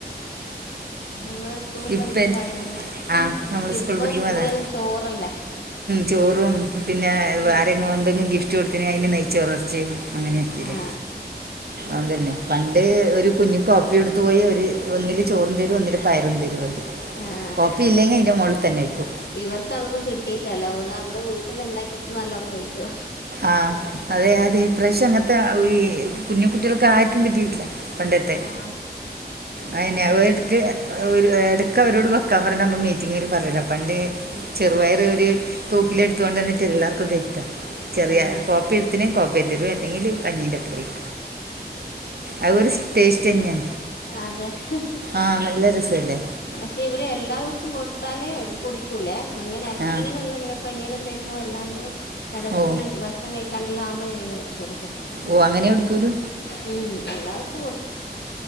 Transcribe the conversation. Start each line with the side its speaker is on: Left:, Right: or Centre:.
Left: നമ്മള് സ്കൂൾ പഠിക്കുമ്പോ
Right: ഇപ്പ
Left: അതെ നു
Right: ആ നമ്മൾ
Left: ഇപ്പൊ
Right: സ്കൂളിൽ പഠിക്കുമ്പോ
Left: സ്കൂളെല്ലാം
Right: അതാ
Left: ചോറല്ലേ
Right: ചോറും പിന്നെ വേ
Left: ഉം
Right: ആരങ്ങും എന്തങ്ങും ഗിഫ് റ്റ് കൊടുത്തിനെ അയ്ന് നെയ്ച്ചോറും എർച്ചിം അങ്ങനെ ക്കെ
Left: ആ
Right: ല്ലേ അതന്നെ പണ്ട് ഒരു കുഞ്ഞു കോപ്പി എടുത്തു പോയി ഒരു ഒന്നിൽ ചോറും തരും ഒന്നിൽ പയറുംതരും
Left: ആ
Right: കോപ്പി ഇല്ലെങ്കി അയിന്റെ മോളിൽ തന്നെ വയ്ക്കും
Left: ഇവർക്ക് അതൊന്നും കിട്ടിയിട്ട് ഇല്ലല്ലോ അതോണ്ട് നമ്മള് വീട്ടിന്ന് ഇണ്ടാക്കികൊടുകുമ്പോ നല്ലോണ്ണം കഴിക്കോ
Right: ആഹ് അതെ അതെ ഇപ്രാവശ്യം അങ്ങനത്തെ ഈ കുഞ്ഞു കുട്ടികൾക്ക് ആർക്കും കിട്ടിയിട്ടില്ല പണ്ടത്തെ
Left: ആ
Right: അഹ എന്നെ
Left: അതന്നെ
Right: എട്ക്ക് എട്ക്കവരോട് വെക്കാ പറയണ നമ്മ മീറ്റിംഗ് ല് പറ്യ ണ്ണം പണ്ട് ചെറുപയറ് ഒര് തൂക്കില് ട്ത്ത് കൊണ്ടന്ന്ട്ട് എല്ലാർക്കും തരുത്ത ചെറിയ
Left: ആ
Right: കോപ്പി എടുത്തി നേ കോപ്പി ത്തരും അല്ലെങ്കിൽ കഞ്ഞിൻ്റെപ്പ ഴും അഹ് ഒരു ടേസ്റ്റ് തന്നെയാ
Left: ആഹ് അതെ ഹെ
Right: ആഹ് നല്ല രസല്ലേ
Left: പക്ഷെ ഇവര് എല്ലാ ദിവസവും കൊടുത്താൽ കുടിക്കൂലെ ഇങ്ങനെ എപ്പോഴെങ്കിലും
Right: ആ
Left: എ ല്ലാ ഇങ്ങനെ പനിയെല്ലാം വരുമ്പോ അല്ലാണ്ട് ഇടക്ക്
Right: ഓ
Left: ഇങ്ങനെ ഭക്ഷണം കഴിക്കാണ്ടല്ലാ ആകുമോ ഞാൻ ഇങ്ങനെ വെച്ചു കൊടുക്കും
Right: ഓ അങ്ങനെ കുടിക്കുളു
Left: ഉം എല്ലാ സു കൊടു